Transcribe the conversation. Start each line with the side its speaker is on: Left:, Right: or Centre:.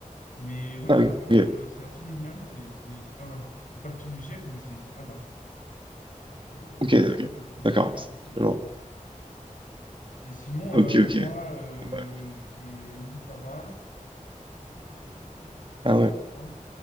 Left: Mais ouais,
Right: Ah,
Left: ça
Right: oui,
Left: change,
Right: ok.
Left: euh, c'est assez original et c'est c'est- c'est pas mal. C'est pas le film du siècle, mais c'est c'est pas mal. Euh,
Right: Ok, ok.
Left: donc ouais, je te le conseille,
Right: D'accord.
Left: je te conseille de
Right: Alors,
Left: le voir. Et sinon,
Right: Ok,
Left: euh,
Right: ok.
Left: moi, euh,
Right: Bon, bah,
Left: je lis pas mal. Euh,
Right: Ah ouais.
Left: voilà.